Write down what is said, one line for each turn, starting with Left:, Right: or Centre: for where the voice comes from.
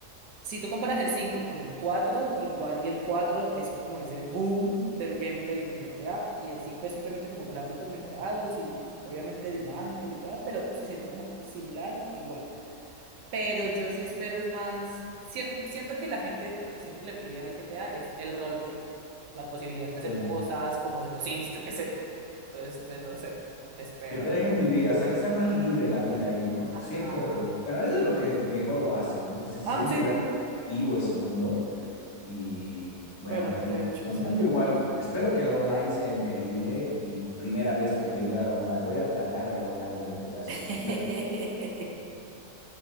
Right: Si tú comparas el cinco con el cuatro igual y el 4 es como ese boom del gameplay en GTA y el cinco es simplemente como gráficos mejorados y obviamente dinámicas y bla, pero se siente como similar, igual. Pero yo sí espero es más, cier- siento que la gente lo que siempre le pide al GTA es el roleplay, la posibilidad de hacer
Left: sí.
Right: cosas como en los Sims, yo qué sé. Entonces, pues no sé, espero.
Left: Que te dejen vivir, hasta que sea más libre la vida ahí, ¿no? Siempre,
Right: Ajá.
Left: bueno, eso es lo que mejor lo hace, ¿no? Se, se siente
Right: Ah, sí.
Left: realmente vivo ese mundo y,
Right: Bueno,
Left: bueno, en
Right: de
Left: lo
Right: hecho,
Left: personal
Right: sí.
Left: yo igual, espero que el online sea increíble y primera vez que voy a entrar al online, voy a tratar el online del GTA 6,
Right: <laughs>
Left: espero.